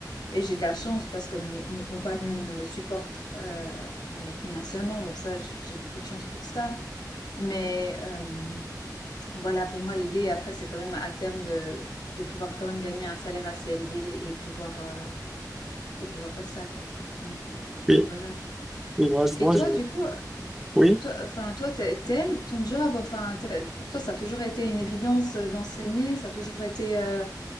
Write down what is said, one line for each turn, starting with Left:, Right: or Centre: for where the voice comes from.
Left: et j'ai de la chance parce que mon, mon compagnon me supporte, euh, comment dire, financièrement. Donc ça, j- j'ai beaucoup de chance pour ça. Mais euh, voilà, pour moi, l'idée, après, c'est quand même à terme de, de pouvoir quand même gagner un salaire assez élevé et pouvoir, euh, et pouvoir faire ça, quoi. Donc, euh, donc
Centre: Oui,
Left: voilà.
Centre: je vois, je
Left: Et
Centre: vois,
Left: toi,
Centre: je vois.
Left: du coup,
Centre: Oui,
Left: toi, enfin, toi, t'a- t'aimes ton job? Enfin, t'a- pour toi, ça a toujours été une évidence euh, d'enseigner, ça a toujours été euh,